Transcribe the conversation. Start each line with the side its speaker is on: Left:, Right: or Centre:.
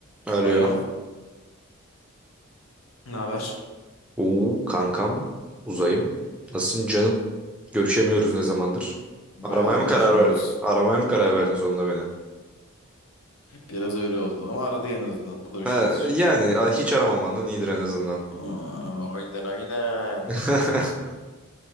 Centre: Alo.
Left: Alo, ne haber?
Centre: Oo, kankam, uzayım. Nasılsın canım? Görüşemiyoruz ne zamandır?
Left: Bayağıdır
Centre: Aramaya mı
Left: görüşemiyoruz.
Centre: karar verdin? Aramaya mı karar verdin sonunda beni?
Left: Biraz öyle oldu ama aradı en azından. Bu da bir
Centre: Ha,
Left: şeydir.
Centre: yani a- hiç aramamandan iyidir en azından.
Left: Aa, aynen aynen.
Centre: <laughs>